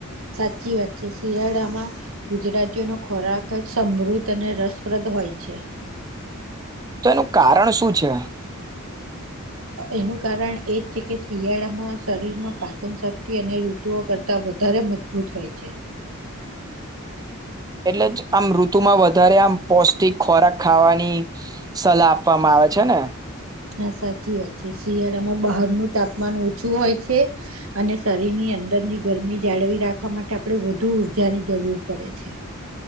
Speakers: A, on the right; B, on the right.
A: સાચી વાત છે શિયાળામાં ગુજરાતીઓનો ખોરાક જ સમૃદ્ધ અને રસપ્રદ હોય છે.
B: તો એનું કારણ શું છે?
A: એનું કારણ એ જ છે કે શિયાળામાં શરીરમાં પાચનશક્તિ અને ઋતુઓ કરતાં વધારે મજબૂત હોય છે.
B: એટલે જ આમ ઋતુમાં વધારે આમ પૌષ્ટિક ખોરાક ખાવાની સલાહ આપવામાં આવે છે ને.
A: હા સાચી વાત છે શિયાળામાં બહારનું તાપમાન ઓછું હોય છે અને શરીરની અંદરની ગરમી જાળવી રાખવા માટે આપણે વધુ ઉઊર્જાની જરૂર પડે છે.